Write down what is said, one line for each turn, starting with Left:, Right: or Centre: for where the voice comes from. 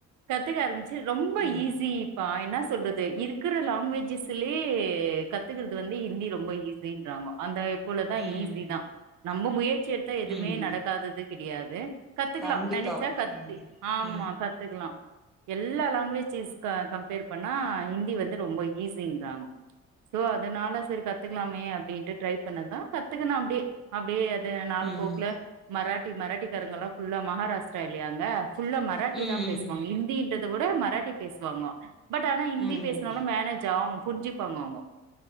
Right: கத்துகார் ம் ரொம்ப
Centre: ம்
Right: ஈஸி ப்ப என்ன சொல்லுறது இருக்கிற லாங்குவேஜ் லே கத்துக்கிறது வந்து ஹிந்தி ரொம்ப ஈசின்றாங்க அந்த இப்போலதான்
Centre: ம்
Right: ஈஸி தான் நம்ம முயற்சி எடுத்தா எதுவுமே
Centre: ம்
Right: நடக்காதது கி முடியாது கத்துக்கலா
Centre: கண்டிப்பா
Right: நெனச்சா கத்தி
Centre: ம்
Right: ஆமா
Centre: ம்
Right: கத்துக்கலாம் எல்லா லாங்குவேஜிஸ் கம்பேர் பண்ணா ஹிந்தி வந்து ரொம்ப ஈஸி அப்டின்றாங்க சோ அதனால சரி கத்துக்கலாமே அப் அப்படின்ட்டு ட்ரை பண்ணதா கத்துக்கணு அப்டியே அப்டியே நாள்
Centre: ம்
Right: போக்குல மராட் மராட்டி காரங்களா புல்லா மகாராஷ்டிரா இல்லையாங்க புல்லா மராட்டி
Centre: ம்
Right: தான்
Centre: ம்
Right: பேசுவாங்க இந்திந்தறவிட மராட்டி பேஸ்சு அப்பாஅம்மா பட் ஆனா ஹிந்தி
Centre: ம்
Right: பேசினாலு மேனேஜ் அவங்க புரிஜிப்பாங்கங்க